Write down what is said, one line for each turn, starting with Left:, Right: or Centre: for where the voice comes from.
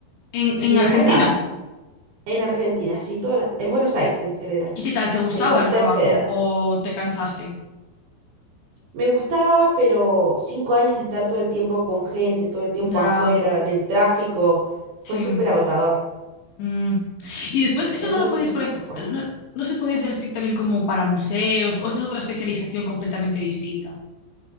Left: En,
Right: y
Left: en
Right: después
Left: Argentina.
Right: nada, en Argentina, así toda la- en Buenos Aires en general,
Left: ¿Y qué tal? ¿Te gustaba
Right: en Capital
Left: el trabajo
Right: Federal.
Left: o te cansaste?
Right: Me gustaba, pero cinco años de estar todo el tiempo con gente, todo el tiempo
Left: Ya,
Right: afuera, en el tráfico, fue
Left: sí.
Right: súper agotador.
Left: Mm. Y después, eso
Right: Entonces
Left: no lo podías,
Right: dije,
Left: por ej-
Right: ya fue.
Left: no, no se podía hacer así también como para museos, o esa es otra especialización completamente distinta.